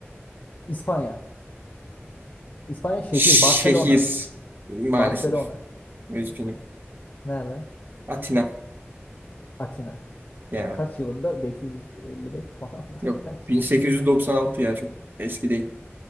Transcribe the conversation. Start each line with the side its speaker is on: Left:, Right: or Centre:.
Left: İspanya. İspanya şehir.
Right: Şehir
Left: Barcelona.
Right: maalesef.
Left: Barcelona.
Right: Üzgünüm.
Left: Nerede?
Right: Atina.
Left: Atina.
Right: Ya
Left: Kaç yılında? 555 falan mı?
Right: yok.
Left: <laughs> Kaç
Right: 1896
Left: yıl?
Right: ya çok eski değil.